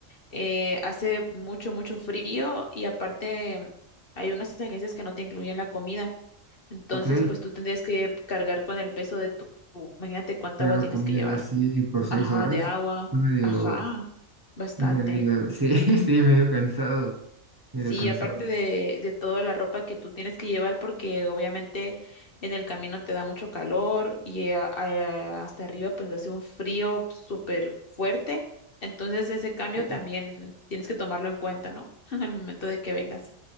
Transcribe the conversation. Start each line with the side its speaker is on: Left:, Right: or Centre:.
Left: eh, hace mucho, mucho frío y aparte hay unas agencias que no te incluyen la comida. Entonces
Right: ok.
Left: pues tú tendrías que cargar con el peso de tu, imagínate cuánta
Right: Pero
Left: agua
Right: la
Left: tienes
Right: comida
Left: que llevar.
Right: así por seis
Left: Ajá,
Right: horas,
Left: de agua.
Right: yo medio,
Left: Ajá, bastante.
Right: medio, sí, <laughs> sí, medio cansado, medio
Left: Sí,
Right: cansado.
Left: aparte de, de toda la ropa que tú tienes que llevar, porque obviamente en el camino te da mucho calor y a- a- hasta arriba pues hace un frío súper fuerte. Entonces ese cambio
Right: Eh,
Left: también tienes que tomarlo en cuenta, ¿no? <laughs> Al momento de que vengas.